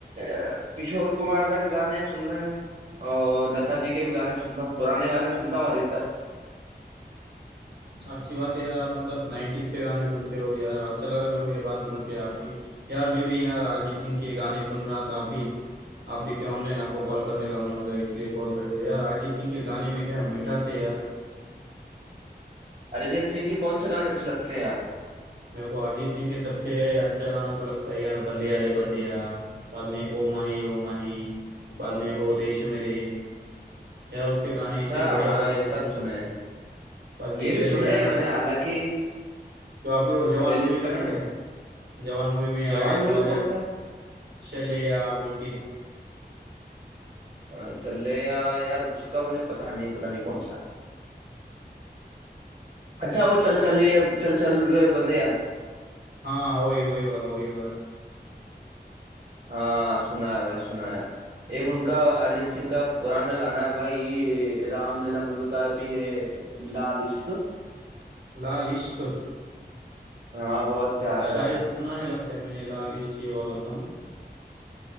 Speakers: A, on the right; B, on the right.
A: अ, किशोर कुमार दा के गाने सुन रहे हूँ और लता जी के भी गाने सुनता हूँ पुराने गाने सुनता हूँ अधिकतर
B: अच्छी बात है यार आप मतलब 90s के गाने सुनते हो यार अच्छा लगा मेरे को ये बात सुन के आपकी यार मैं भी यार अरिजीत सिंह के गाने सुन रहा था आप भी आप देखे ऑनलाइन आपको कॉल करने का मन हो गया इसलिए कॉल कर दिया यार अरिजीत सिंह के गाने में क्या मिठास है यार
A: अरिजीत सिंह के कौन से गाने अच्छे लगते हैं आपको
B: मेरे को अरिजीत सिंह के सबसे अच्छा गाना तो लगता है यार बंदे यारे बंदे यार बाद में ओ माही ओ माही बाद में ओ देश मेरे यार उसके गाने
A: अच्छा
B: इतने बढ़िया
A: हाँ
B: बढ़िया
A: ये
B: है
A: सब
B: ना
A: सुने हैं
B: बाद में
A: ये
B: चले
A: भी सुने
B: आना
A: हैं मैंने हालांकि
B: तो आप भी वो जवान
A: प्लेलिस्ट
B: मूवी का नहीं
A: में
B: क्या जवान मूवी में आया
A: जवान
B: है 2000
A: मूवी का कौन सा
B: चले या बोल के
A: अ, चलेया यार उसका मुझे पता नहीं पता नहीं कौन सा अच्छा वो चल चल रही है चल चल रहे बंदे या
B: हाँ वही वही वाला वही वाला
A: हाँ सुना है भाई सुना है एक उनका अरिजीत सिंह का पुराना गाना है भाई रामलीला मूवी का भी है लाल इश्क
B: लाल इश्क
A: हाँ बहुत प्यारा
B: शायद
A: गाना है
B: सुना है लगता है मैंने लाल इश्क ये वाला सॉन्ग